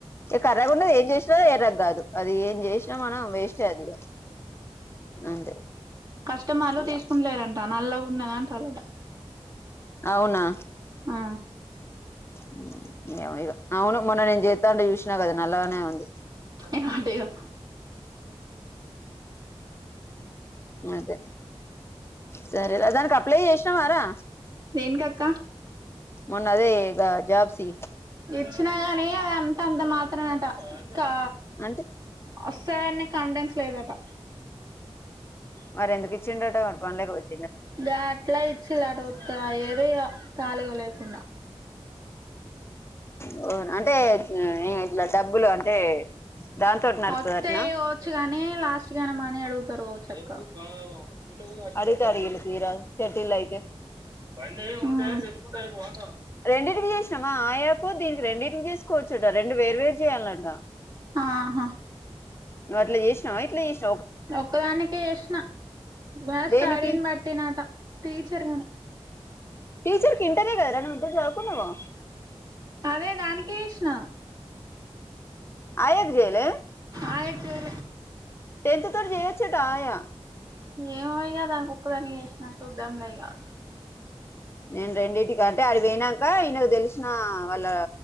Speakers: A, on the left; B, on the right.
A: ఇగ కర్రగా ఉన్న ఏం చేసిన ఎర్రగా కాదు అది ఏం చేసిన మనం వేస్ట్ అది ఇగ అంతే
B: కష్టమర్లు తీసుకుంటా
A: ఏమో
B: లేరు అట్టా నల్లగా ఉన్నది అంటారు అట్టా.
A: అవునా.
B: ఆ.
A: హ్మ్ ఏమో ఇగ అవును మొన్న నేను జేస్తా ఉంటే చూసి. న కదా నల్లగానేఉంది.
B: ఏమో అట ఇగ
A: అదే సరే లే దానికి అప్లై చేసిన వారా.
B: దేనికి అక్క.
A: మొన్న అదే గా జాబ్ సి.
B: ఇచ్చినా గానీ అది అంత అంత మాత్రమే అట్టా కా.
A: అంటే
B: వస్తాది అన్నా కాన్ఫిడెన్స్ లేదటా.
A: మరి ఎందుకు ఇచ్చిండు అట్టా పన్ని లేక పె.
B: గట్లా ఇచ్చిలు అట్టా ఉత్తగా ఏదో ఇగ ఖాళీగా లేకుండా.
A: వున్ అంటే ఇట్లా డబ్బులు అంటే. దాంతోటి నడుతదటనా
B: వస్తే వచ్చు గానీ లాస్ట్ గాని మని అడుగుతారు కావచ్చు అక్క. పులు కూడా. <unintelligible>
A: అడిగితే అడిగిలు తీరా సెటిల్ అయితే.
B: ఆ.
A: రెండింటికి చేసిన మా ఆయా కూ దీనికి రెండింటికి చేసుకోవచ్చు అట్టా రెండు వేర్వేరు చేయాలి అట్టా.
B: ఆహా.
A: నువ్వు అట్లా చేసినావా ఇట్లా చేసి.
B: ఒక్కదానికే చేసిన నా
A: దేనికి
B: స్టడీని బట్టినట్టా టీచర్ గానే.
A: టీచర్ కి ఇంటరే కదా రా నువ్వు ఇంటర్ చదువుకున్నావు గా.
B: అదే దానికే చేసిన.
A: ఆయద్ జయలే
B: ఆయ్యట్టు
A: టెన్త్ తోర్ జయిచ్చటా ఆయా,
B: ఏమైగా దానికి ఒక్కదా చేసినా చూద్దం లే కావచ్చు.
A: నేను రెండింటికింటే అది వయినాక ఈయనకు తెలిసిన వాళ్ళ,